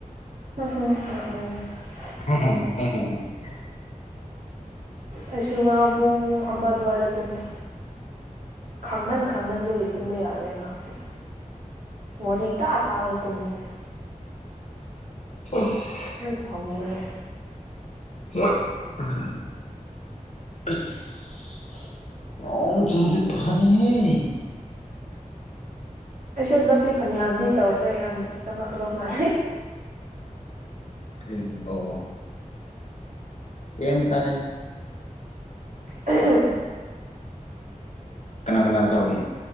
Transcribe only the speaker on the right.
<unintelligible>
ꯑꯩꯁꯨ ꯉꯔꯥꯡ ꯄꯨꯡ ꯑꯃ ꯑꯗꯨꯋꯥꯏꯗ ꯇꯨꯝꯃꯦ ꯈꯥꯡꯃꯟ ꯈꯥꯡꯃꯟꯕꯒꯤ ꯇꯨꯝꯕ ꯌꯥꯔꯦ ꯉꯥꯏꯍꯥꯛꯇꯤ ꯋꯥꯔꯤ ꯇꯥ ꯇꯥꯔꯒ ꯇꯨꯝꯕꯅꯤ
ꯌꯥꯝ ꯌꯥꯝ ꯁꯥꯎꯅꯤꯡꯉꯦ
ꯑꯩꯁꯨ ꯍꯟꯗꯛꯇꯤ ꯐꯅꯌꯥꯝꯗꯤ ꯇꯧꯈ꯭ꯔꯦ ꯌꯥꯝ ꯆꯪꯂꯛꯀꯗꯧ ꯃꯥꯥꯟꯅꯩ
ꯎꯝ